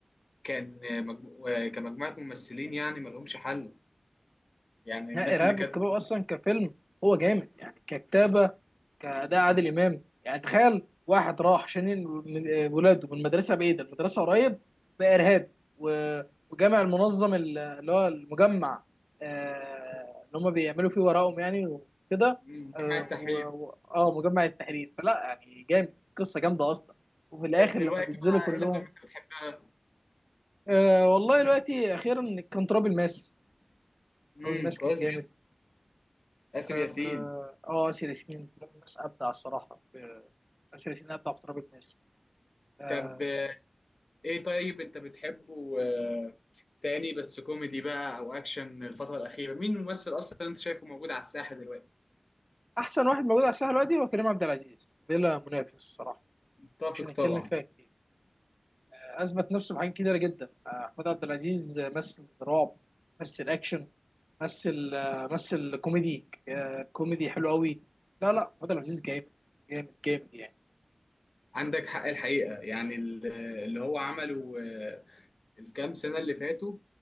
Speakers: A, on the left (about 65°); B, in the centre.
A: كان آه، مجمو- آه، كمجموعه ممثلين يعني ما لهمش حل يعني
B: لا
A: الناس
B: ارهاب
A: اللي كانت
B: والكباب اصلا كفيلم هو جامد يعني ككتابه كاداء عادل امام يعني تخيل واحد راح عشان ين- من آه، ولاده من المدرسه بعيده المدرسه قريب بقى ارهابي و- وجامع المنظم ال- اللي هو المجمع آه، اللي هم بيعملوا فيه ورقهم يعني وكده
A: مم،
B: اه
A: جماعة التحرير
B: و- و- آه، مجمع التحرير فلا يعني جامد قصه جامده اصلا وفي الاخر
A: طب دلوقتي
B: لما بينزلوا
A: بقى
B: كلهم
A: ايه الافلام اللي انت بتحبها
B: آه والله دلوقتي اخيرا كان تراب الماس تراب
A: امم
B: الماس
A: كويس
B: كان جامد
A: جدا آسر
B: اه
A: ياسين
B: آه، آه، آسر ياسين تراب الناس ابدع الصراحه في آسر ياسين ابدع في تراب الناس آه،
A: طب آه، ايه طيب انت بتحبه آه، تاني بس كوميدي بقى او اكشن الفترة الأخيرة مين الممثل اصلا انت شايفه موجود على الساحة دلوقتي
B: احسن واحد موجود على الساحه دلوقتي هو كريم عبد العزيز بلا منافس الصراحه
A: متفق
B: مش هنتكلم
A: طبعا
B: فيها كتير آه، اثبت نفسه في حاجات كتيره جدا آه، احمد عبد العزيز آه، مثل رعب مثل اكشن مثل آه، مثل كوميدي آه، كوميدي حلو قوي لا لا احمد عبد العزيز جامد جامد جامد يعني
A: عندك حق الحقيقة يعني ال- اللي هو عمله آه، الكام سنه اللي فاتوا